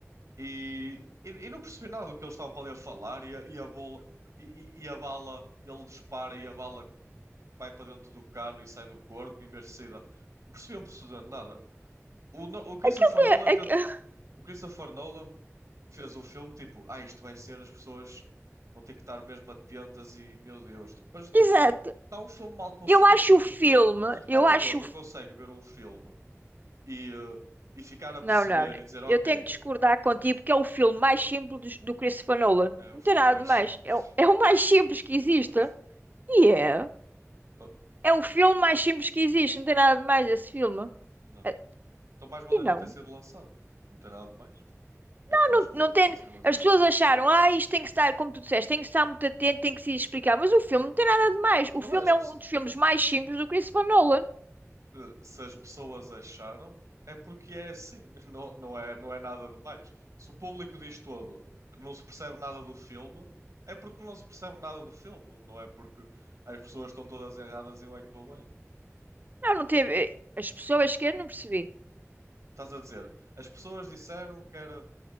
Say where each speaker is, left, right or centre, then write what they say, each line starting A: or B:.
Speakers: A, on the right; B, on the right.
A: e, e, e não percebi nada do que eles estavam para ali a falar e a, e a bola e, e- e a bala, ele dispara e a bala vai para dentro do cano e sai do corpo em vez de sair da... Não percebi absolutamente nada. O, No- o Christopher
B: Aquilo
A: Nolan,
B: é,
A: tent-
B: é <laughs>
A: o Christopher Nolan fez o filme tipo, ah, isto vai ser, as pessoas vão ter que estar mesmo atentas e, meu Deus, tipo, mas tipo,
B: Exato.
A: está um filme mal conseguido,
B: Eu acho
A: simplesmente.
B: o filme,
A: Se o espectador
B: eu acho.
A: não
B: o fi-
A: consegue ver um filme e, eh, e ficar a perceber
B: Não, não, não.
A: e dizer, ok,
B: Eu tenho que discordar contigo porque é o filme mais simples do do Christopher Nolan.
A: É o
B: Não
A: filme
B: tem nada
A: mais
B: de mais.
A: simples.
B: É, o- é o <laughs> mais simples que
A: Exato.
B: existe. E é.
A: É. Oh,
B: É o filme mais simples que existe. Não tem nada de mais esse filme.
A: não.
B: É-
A: Então mais vale
B: E não.
A: nem ter sido lançado. Não tem nada de mais. O que
B: Não,
A: é que traz
B: não,
A: de novo
B: não tem.
A: para a cinematografia?
B: As pessoas acharam, ah, isto tem que estar, como tu disseste, tem que estar muito atento, tem que se explicar. Mas o filme não tem nada de mais.
A: Não
B: O filme
A: é as pesso-
B: é um dos filmes mais simples do Christopher Nolan.
A: eh, se as pessoas acharam, é porque é assim. <laughs> Não, não é, não é nada de mais. Se o público diz todo, não se percebe nada do filme, é porque não se percebe nada do filme. Não é porque as pessoas estão todas erradas e eu é que estou bem.
B: Não, não teve. eh, As pessoas que eu não percebi.
A: Estás a dizer, as pessoas disseram que era